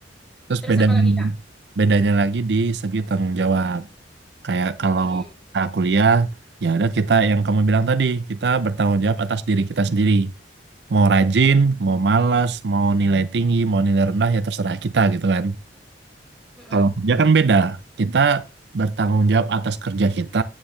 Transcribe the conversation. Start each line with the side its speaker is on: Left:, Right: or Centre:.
Right: Terus
Centre: Terus
Right: beda
Centre: apa lagi, Kak?
Right: bedanya lagi di segi tanggung jawab. Kayak kalau
Centre: Mm-mm,
Right: kita kuliah, ya udah kita yang kamu bilang tadi, kita bertanggung jawab atas diri kita sendiri. Mau rajin, mau malas, mau nilai tinggi, mau nilai rendah, ya terserah kita gitu kan.
Centre: mm-mm,
Right: Kalau kerja kan beda. Kita bertanggung jawab atas kerja kita,